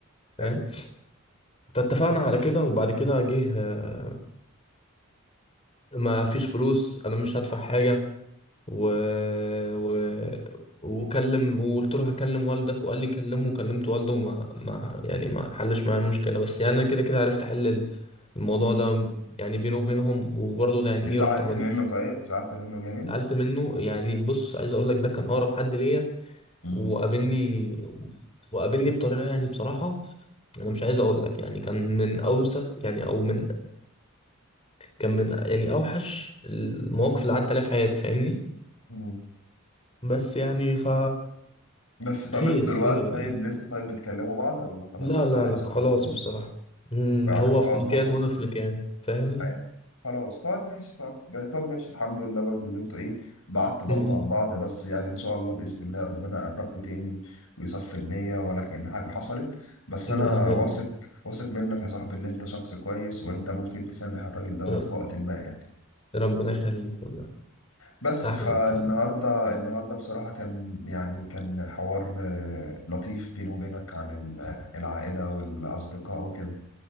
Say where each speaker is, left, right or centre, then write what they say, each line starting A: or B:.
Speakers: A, on the left (about 25°); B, on the left (about 75°).
A: فاهم
B: حلو
A: فاتفقنا على كده وبعد كده جه آه، ما فيش فلوس انا مش هدفع حاجه و... و... وكلم وقلت له هكلم والدك وقال لي كلمه وكلمت والده وما ما يعني ما حلش معايا المشكله بس يعني انا كده كده عرفت احل ال- الموضوع
B: مم.
A: ده يعني بينه وبينهم وبرضه ده يعني
B: زعلت
A: ايه رحت عملت
B: منه طيب زعلت منه جامد
A: سألت منه يعني بص عايز اقول لك ده كان اقرب حد ليا
B: مم.
A: وقابلني وقابلني بطريقه يعني بصراحه انا مش عايز اقول لك يعني كان من اوسخ يعني او من كان من يعني اوحش المواقف اللي عدت عليها في حياتي فاهمني
B: مم.
A: بس يعني ف
B: بس طب
A: خير
B: انتوا دلوقتي
A: خير
B: طيب
A: يعني
B: لسه طيب بتكلموا بعض ولا خلاص
A: لا
B: كل
A: لا
B: واحد
A: لا
B: شاف
A: خلاص
B: له طريقه؟
A: بصراحة مم،
B: يعني
A: هو
B: خلاص
A: في مكان
B: بقى
A: وأنا في مكان فاهم
B: عارف خلاص طب ماشي طب طب ماشي الحمد لله برضه اللي انتوا ايه بعدت برضه
A: مم،
B: عن بعض بس يعني ان شاء الله باذن الله ربنا يقربكم تاني ويصفي النية ولا كأن حاجه حصلت بس
A: بإذن
B: انا
A: الله
B: واثق واثق منك يا صاحبي اللي انت شخص كويس وانت ممكن تسامح الراجل دوت
A: رب-
B: في وقت ما يعني
A: ربنا يخليك والله
B: بس
A: أحلى
B: فالنهارده
A: ابتسامة
B: النهارده بصراحه كان يعني كان حوار آه، لطيف بيني وبينك عن ال- العائله والاصدقاء وكده